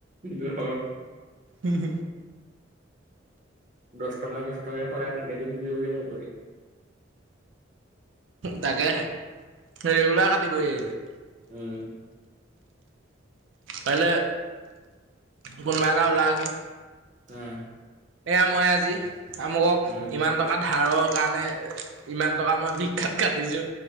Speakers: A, on the right; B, on the right.
A: জহ
B: উম
A: দহ টকা দহ টককা খৰাই কাটি কাটি দিবি বিয় হবহি
B: তাকে হে ৰেগুলাৰ কাটিবহি আহিলে
A: উম
B: পালে গুনমৰাও লাগে
A: উম
B: এয়া মই আজি আমুকক
A: উম
B: ইমান টকা ধাৰৰ কাৰণে ইমান টকা মই বিখ্যাত কাটিছোঁ